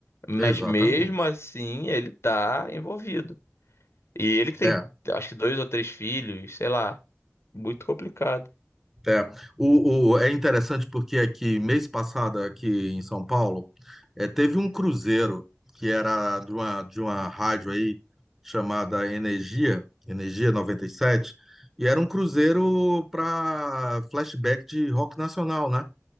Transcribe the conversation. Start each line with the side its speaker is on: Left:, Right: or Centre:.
Left: Mas
Centre: Exatamente.
Left: mesmo assim, ele tá envolvido. E ele que tem,
Centre: É.
Left: acho que dois ou três filhos, sei lá. Muito complicado.
Centre: É, o, o- é interessante porque aqui, mês passado, aqui em São Paulo, é, teve um cruzeiro que era de uma, de uma rádio aí chamada Energia, Energia 97, e sete, e era um cruzeiro para flashback de rock nacional, né?